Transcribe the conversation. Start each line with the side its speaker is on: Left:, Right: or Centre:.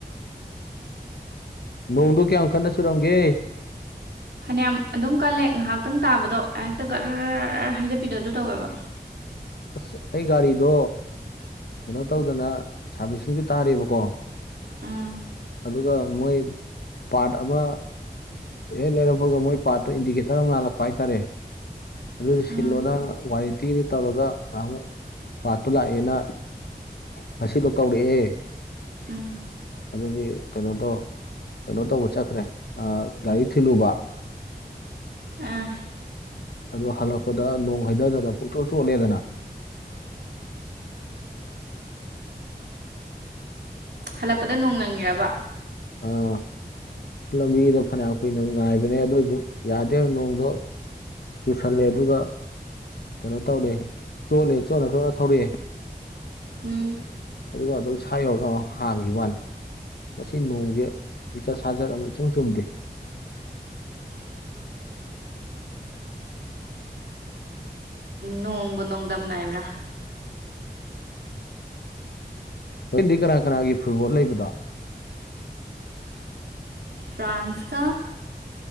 Left: ꯅꯣꯡꯗꯣ ꯀꯌꯥꯝ ꯀꯟꯅ ꯆꯨꯔꯝꯒꯦ
Right: ꯐꯅꯌꯥꯝ ꯑꯗꯨꯝ ꯀꯜꯂꯦ ꯉꯥꯏꯍꯥꯛꯇꯪ ꯇꯥꯕꯗꯣ ꯍꯦꯛꯇ ꯒꯔ ꯔ ꯔ ꯔ ꯍꯩꯗꯕꯤꯗꯣ ꯑꯗꯨ ꯇꯧꯋꯦꯕ
Left: ꯑꯁ ꯑꯩ ꯒꯥꯔꯤꯗꯣ ꯀꯩꯅꯣ ꯇꯧꯗꯅ ꯁꯥꯔꯚꯤꯁꯁꯤꯡꯖꯨ ꯇꯥꯔꯤꯕꯀꯣ
Right: ꯎꯝ
Left: ꯑꯗꯨꯒ ꯃꯣꯏ ꯄꯥꯔ꯭ꯠ ꯑꯃ ꯍꯦꯛ ꯂꯩꯔꯛꯄꯒ ꯃꯣꯏ ꯄꯥꯔꯠꯇꯣ ꯏꯟꯗꯤꯀꯦꯇꯔ ꯑꯃꯒ ꯍꯥꯟꯅ ꯄꯥꯏꯊꯔꯦ ꯑꯗꯨꯅ ꯁꯤꯜꯂꯣ
Right: ꯎꯝ
Left: ꯅꯪ ꯋꯥꯔꯤꯂꯤꯇꯤ ꯇꯧꯔꯒ ꯉꯥꯏꯍꯥꯛꯃꯨꯛ ꯄꯥꯠꯇꯣ ꯂꯥꯛꯑꯦꯅ ꯉꯁꯤꯗꯣ ꯀꯧꯔꯛꯑꯦ
Right: ꯎꯝ
Left: ꯑꯗꯨꯒꯤ ꯀꯩꯅꯣꯗꯣ ꯀꯩꯅꯣ ꯇꯧꯕ ꯆꯠꯈ꯭ꯔꯦ ꯑ ꯒꯥꯔꯤ ꯊꯤꯜꯂꯨꯕ
Right: ꯑꯥ
Left: ꯑꯗꯨ ꯍꯜꯂꯛꯄꯗ ꯅꯣꯡ ꯍꯩꯊꯗꯅ ꯄꯨꯡꯆꯣꯠ ꯆꯣꯠꯂꯦꯗꯅ
Right: ꯍꯜꯂꯛꯄꯗ ꯅꯣꯡ ꯅꯪꯉꯤꯔꯕ
Left: ꯑꯥ ꯂꯝꯕꯤꯗ ꯐꯅꯌꯥꯝ ꯀꯨꯏꯅ ꯉꯥꯏꯕꯅꯦ ꯑꯗꯨ ꯑꯣꯏꯁꯨ ꯌꯥꯗꯦ ꯅꯣꯡꯗꯣ ꯆꯨꯁꯜꯂꯦ ꯑꯗꯨꯒ ꯀꯩꯅꯣ ꯇꯧꯔꯦ ꯆꯣꯠꯂꯦ ꯆꯣꯠꯂ ꯊꯣꯠꯅ ꯊꯧꯔꯛꯑꯦ
Right: ꯎꯝ
Left: ꯑꯗꯨꯒ ꯑꯗꯨ ꯁ ꯌꯧꯔꯒ ꯑꯃ ꯍꯥꯡꯈꯤꯕ ꯋꯥꯅꯤ ꯃꯁꯤ ꯅꯣꯡꯁꯦ ꯂꯤꯆꯠ ꯁꯥꯖꯠ ꯑꯃ ꯏꯆꯨꯝ ꯆꯨꯝꯗꯦ
Right: ꯅꯣꯡꯃ ꯅꯣꯡꯗꯝ ꯅꯥꯏꯕ꯭ꯔꯥ
Left: ꯍꯖꯤꯣꯏꯦꯟꯗꯤ ꯀꯅꯥ ꯀꯅꯥꯒꯤ ꯐꯨꯠꯕꯣꯜ ꯂꯩꯕꯗꯣ
Right: ꯐ꯭ꯔꯥꯟꯁꯀꯥ